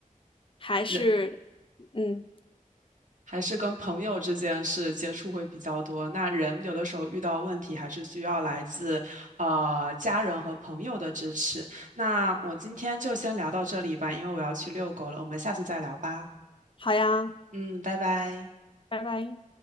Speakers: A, on the left (about 40°); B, on the right (about 65°).
A: 还是，
B: 人。
A: 嗯，
B: 还是跟朋友之间是接触会比较多。那人有的时候遇到问题，还是需要来自呃家人和朋友的支持。那我今天就先聊到这里吧，因为我要去遛狗了。我们下次再聊吧。
A: 好呀，
B: 嗯，拜拜。
A: 拜拜。